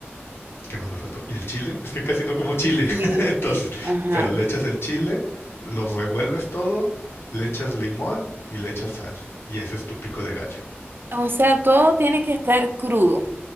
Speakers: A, on the left; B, on the right.
A: ¿Qué más me faltó? Y el chile, es que casi no como chile,
B: El Chile,
A: <laughs> entonces,
B: el chile, Ajá.
A: pero le echas el chile, lo revuelves todo, le echas limón y le echas sal, y ese es tu pico de gallo.
B: O sea, todo tiene que estar crudo.